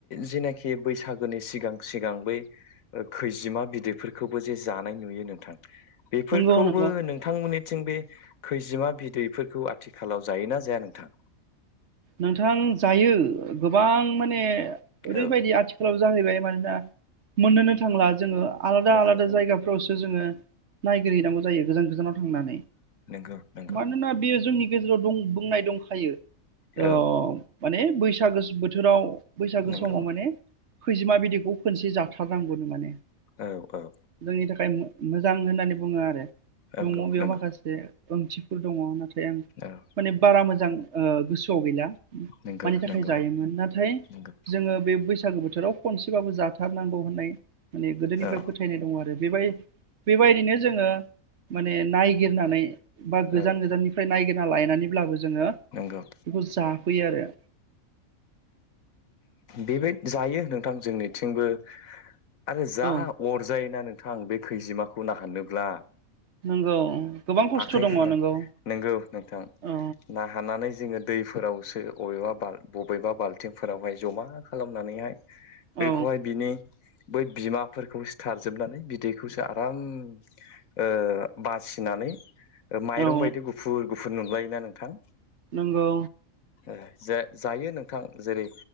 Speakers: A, on the left; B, on the right.
A: जेनाखि बैसागोनि सिगां सिगां बै ओ खैजिमा बिदैफोरखौबो जे जानाय नुयो नों थां बेफोरखौबो
B: नंगौ नंगौ
A: नोंथांमोननिथिं बै खैजिमा बिदैफोरखौ आ थिखालाव जायोना जाया नोंथां?
B: नोंथां जायो गोबां माने ओरैबायदि
A: औ
B: आथिखालाव जाहैबाय मानोना मोननोनो थांला जोङो आलदा
A: नंगौ
B: आलादा जायगाफ्रावसो जोङो नायगिरहैनांगौ जायो गोजान गोजानाव थांनानै। मानोना
A: नंगौ नंगौ
B: बेयो जोंनि गेजेराव दं बुंनाय दंखायो ओ।
A: औ
B: माने बैसागो बोथोराव बैसागो
A: नंगौ
B: समाव माने खैजिमा बिदैखौ खोनसे जाथारनांगौनो माने
A: औ औ
B: जोंनि थाखाय मोजां होननानै बुङो आरो
A: नंगौ
B: दङ बेयाव
A: नंगौ
B: माखासे ओंथिफोर दङ। नाथाय ओमफ्राय आं
A: औ
B: माने बारा मोजां गोसोआव गैला।
A: नंगौ
B: मानि थाखाय
A: नंगौ
B: जायोमोन नाथाय
A: नंगौ
B: जोङो बे बैसा बैसागु बोथोराव खनसेबाबो जाथारनांगौ होननाय माने गोदोनिफ्राय
A: औ
B: फोथायनाय दङ आरो बेबाय बेबायदिनो जोङो माने नायगिरनानै बा गोजान
A: औ
B: गोजाननिफ्राय नायगिर ना लायनानैब्लाबो जोङो
A: नोंगौ
B: बेखौ जाफैयो आरो।
A: बेबाय जायो नोंथां जोंनिथिंबो आरो जा
B: औ
A: अरजायोना नोंथां बे खैजिमाखौ ना हाननोब्ला
B: <inaudible> गोबां खस्थ'
A: आखाइफोराव
B: दङ नंगौ
A: नोंगौ नोंथां
B: औ
A: ना हाननानै जोङो दैफोरावसो अबेबा बाल बबेबा बाल्थिंफोरावहाय जमा खालामनानैहाय
B: औ
A: बेखौहाय बिनि बै बिमाफोरखौ सिथारजोबनानै बिदैखौसो आराम ओ बासि नानै ओ माइरं
B: औ
A: बायदि गुफुर गुफुर नुलायोना नोंथां।
B: नोंगौ
A: ओ जो जायो नोंथां जेरै